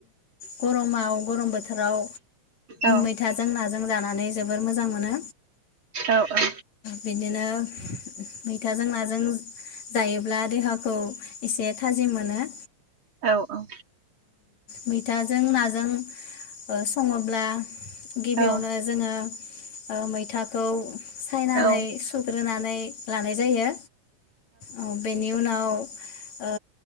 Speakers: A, on the left; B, on the right.
A: गरमाव गरम बोथोराव
B: औ
A: मैथाजों नाजों जानानै जोबोर मोजां मोनो।
B: औ औ।
A: बिदिनो मैथाजों नाजों जायोब्ला देहाखौ एसे थाजिम मोनो।
B: औ औ।
A: मैथाजों नाजों सङोब्ला गिबियावनो
B: औ
A: जोङो ओ मैथाखौ सायनानै
B: औ
A: सुग्रोनानै लानाय जायो। औ बेनि उनाव ओ।